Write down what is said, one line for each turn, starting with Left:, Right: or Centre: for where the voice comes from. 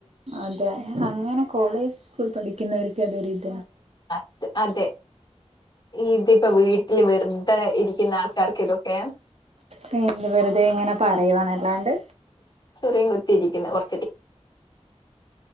Right: അതെ അങ്ങനെ കോളേജ് സ്കൂൾ പഠ- പുന്നവർക്ക് അതരു ഇത്
Left: അ അതെ ഇതിപ്പോ വീട്ടില് വെറുതെ ഇരിക്കുന്ന ആൾക്കാർക്ക് ഇതൊക്കെ
Right: നീ എന്ത് വെറുതെ ഇങ്ങനെ പറയുവാന്നല്ലാണ്ട്
Left: ചെറിയും കുത്തിയിരിക്കുന്ന കൊറ